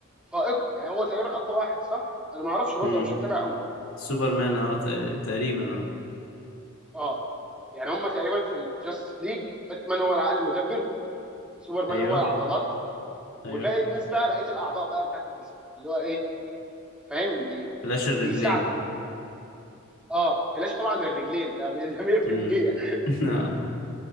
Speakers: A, in the centre; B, on the left.
A: فائقة يعني هو تقريبا اقوى واحد صح انا ما اعرفش برضه
B: امم
A: أنا مش متابع قوي
B: سوبرمان اه تقر- تقريبا اه
A: اه يعني هم تقريبا في الجاستس ليج باتمان هو العقل المدبر سوبرمان
B: ايوه
A: هو العضلات
B: ايوه
A: وباقي الناس بقى بقيه الاعضاء بقى بتاعت الجسم اللي هو ايه فاهم بي...
B: فلاش الرجلين
A: بيساعدوا اه فلاش طبعا الرجلين ده من- <laughs> ده 100%
B: امم <laughs> اه